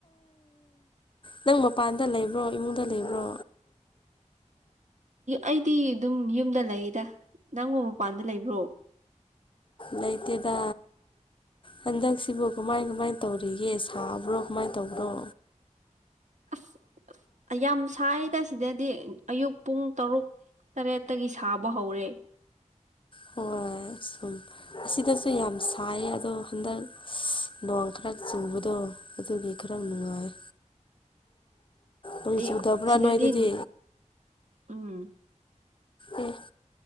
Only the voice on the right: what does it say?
ꯑꯩꯗꯤ ꯑꯗꯨꯝ ꯌꯨꯝꯗ ꯂꯩꯗ ꯅꯪꯕꯨ ꯃꯄꯥꯟꯗ ꯂꯩꯕ꯭ꯔꯣ
ꯑꯁ ꯌꯥꯝ ꯁꯥꯏꯗ ꯁꯤꯗꯗꯤ ꯑꯌꯨꯛ ꯄꯨꯡ ꯇꯔꯨꯛ ꯇꯔꯦꯠꯇꯒꯤ ꯁꯥꯕ ꯍꯧꯔꯦ <unintelligible>
ꯑꯩ
ꯁꯤꯗꯗꯤ
ꯎꯝ